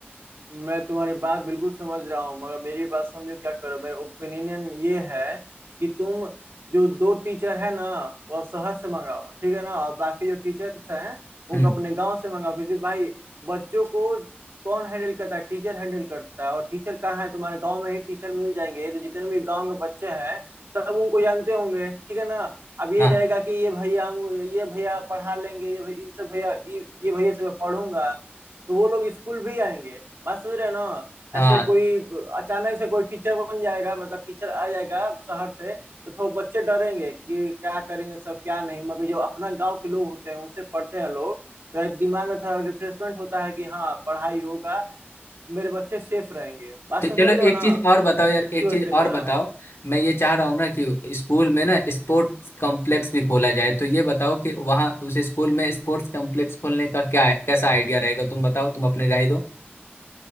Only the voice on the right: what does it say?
मैं तुम्हारी बात बिल्कुल समझ रहा हूँ मगर मेरी बात समझो क्या करो मेरा ओपिनियन ये है कि तुम जो दो टीचर है ना वो अब शहर से मंगाओ ठीक है ना और बाकी जो टीचर्स हैं उनको
अपने गांव से मंगाओ क्योंकि भाई बच्चों को कौन हैंडल करता है टीचर हैंडल करता है और टीचर कहाँ है तुम्हारे गांव में ही टीचर मिल जाएंगे तो जितने भी गांव के बच्चे हैं सब उनको जानते होंगे ठीक है ना अब ये
रहेगा कि ये भैया हम ये भैया पढ़ा लेंगे ये भैया इनसे भैया ये ये भैया से मैं पढ़ूंगा तो वो लोग स्कूल भी आएंगे बस मेरे ना
ऐसे कोई अचानक से कोई टीचर बन जाएगा मतलब टीचर आ जाएगा शहर से तो थोड़ा बच्चे डरेंगे कि क्या करेंगे सब क्या नहीं मगर जो अपना गांव के लोग होते हैं उनसे पढ़ते हैं लोग तो एक दिमाग में थोड़ा रिफ्रेशमेंट होता है कि हाँ पढ़ाई होगा मेरे बच्चे सेफ रहेंगे बात
समझ
रहे हो
ना
इसी
वजह
से कर
रहा
हूँ